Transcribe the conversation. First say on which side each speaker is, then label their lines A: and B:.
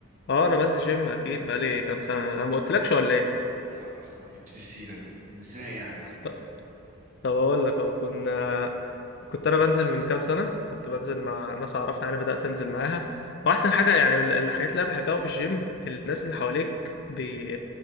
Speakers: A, on the left; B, on the right.
A: اه انا بنزل جيم اكيد بقالي كام سنه انا ما قلتلكش ولا ايه
B: لا ما جبت لي السيره دي ازاي يعني
A: ط- طب اقول لك اهو كنا كنت انا بنزل من كام سنه كنت بنزل مع ناس اعرفها يعني بدات انزل معاها واحسن حاجه يعني من الحاجات اللي انا بحبها أوي في الجيم الناس اللي حواليك بي...